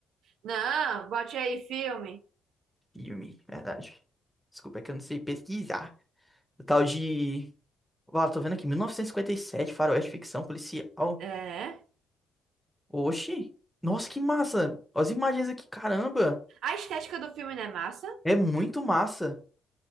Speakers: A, on the right (about 80°); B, in the centre.
A: Não, bote aí filme.
B: Yumi, verdade. Desculpa, é que eu não sei pesquisar. O tal de. Uau, tô vendo aqui, 1957, faroeste, ficção policial.
A: É.
B: Oxi! Nossa, que massa! Olha as imagens aqui, caramba!
A: A estética do filme não é massa.
B: É muito massa!